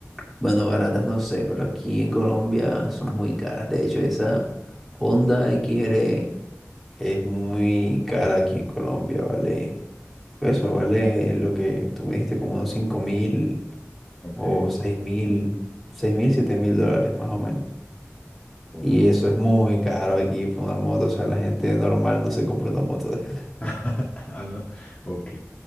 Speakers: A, in the centre; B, on the left (about 25°).
A: Bueno, baratas no sé, pero aquí en Colombia son muy caras. De hecho, esa Honda XR es muy cara aquí en Colombia, vale. Pues eso, vale lo que tú me dijiste, como unos cinco mil
B: Ok,
A: o seis mil, seis mil, siete mil dólares más o menos.
B: ok.
A: Y eso es muy caro aquí por una moto. O sea, la gente normal no se compra una moto. <laughs>
B: <laughs> Ah, no. Ok.